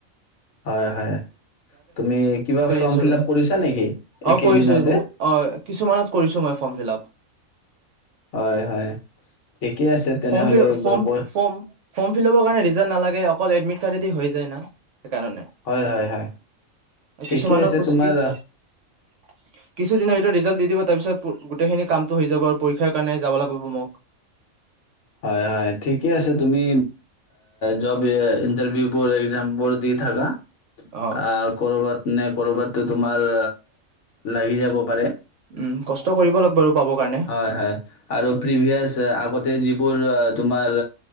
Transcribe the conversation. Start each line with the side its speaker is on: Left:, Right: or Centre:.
Left: হয় হয় তুমি কিবা ফৰ্ম
Right: কৰিছোঁ
Left: ফিল
Right: আৰু
Left: আপ কৰিছা নেকি একেইদিনতে
Right: অ কৰিছোঁ কিছুমানত কৰিছোঁ মই ফৰ্ম ফিলাপ
Left: হয় হয় ঠিকে আছে তেনেহলে
Right: ফৰ্ম ফিল ফৰ্ম
Left: বাৰ ক
Right: ফৰ্ম ফৰ্ম ফিল <unintelligible> নালাগে অকল এদমিড কাতেদি হৈ যায় না সেইকাৰণে
Left: হয় হয় হয় ঠিকে
Right: কিছুমানৰ
Left: আছে
Right: কিছুদিনৰ
Left: তোমাৰ
Right: ভিতৰত ৰিজাল্ট দি দিব তাৰপিছত গোটেইখিনি কামটো হৈ যাব আৰু পৰীক্ষাৰ কাৰণে যাব লাগিব মোক
Left: হয় হয় ঠিকে আছে তুমি জব ইণ্টাৰভিউ বোৰ এক্সাম বোৰ দি থাকা
Right: অ
Left: আহ কৰ'বাত নে কৰ'বাতো তোমাৰ লাগি যাব পাৰে
Right: উম কষ্ট কৰিব লাগিব আৰু পাবৰ কাৰণে
Left: হয় হয় আৰু প্ৰিভিয়াছ আগতে যিবোৰ তোমাৰ